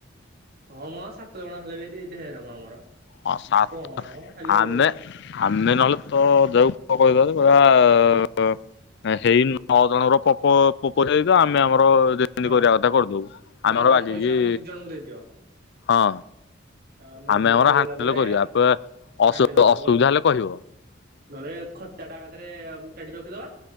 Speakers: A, on the right; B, on the left.
A: ହଁ ମ ସାତ ଜଣ ହେଲେ ବି ଡି ଡେରେ ମ ଆମର
B: ହଁ ସାତ
A: କଣ ଖାଲି
B: ଆମେ ଆମେ ନହେଲେ ତ ଯଉ ପୋ କହିବା ଯେ କହିବା ହେଇ ନଅ ଜଣର ପ ପୋପ ପୋକ ସହିତ ଆମେ ଆମ ଆମର ଯେମିତି
A: ହଁ
B: କରିବା କଥା କରିଦବୁ
A: ନଅ
B: ଆମର
A: ଜଣ
B: ବାଗିକି
A: ପଇସା ଆମ ଦି ଜଣଙ୍କୁ ଦେଇଦିଅ।
B: ହଁ।
A: ଆମ ଦି
B: ଆମେ
A: ଜଣଙ୍କୁ
B: ଆମର
A: ଦେଇଦେଲା
B: ହାଣ୍ଡେଲ
A: ପରେ
B: କରିବା ଅସୁବିଧା
A: ହାଣ୍ଡେଲ କରିଦବା ଆଉ।
B: ହେଲେ କହିବ?
A: ନହେଲେ ଖଟା ଟା ଏକାଥରେ ଗୋଟାଥି ରଖିଦବା।